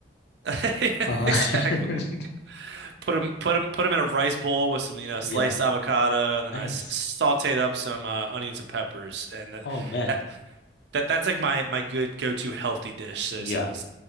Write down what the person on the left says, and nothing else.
Uh-huh.
<laughs>
Yeah.
Nice.
Oh man.
Yeah.